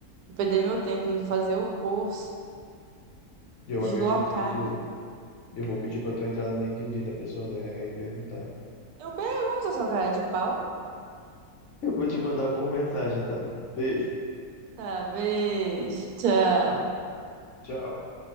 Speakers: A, on the right; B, on the left.
A: Vou perder meu tempo indo fazer o curso,
B: eu
A: deslocar.
B: acredito que tu. Eu vou pedir pra tu entrar no LinkedIn da pessoa do RH e perguntar.
A: Eu pergunto, seu cara de pau.
B: Eu vou te mandar por mensagem, então. Beijo.
A: talvez tchau.
B: Tchau.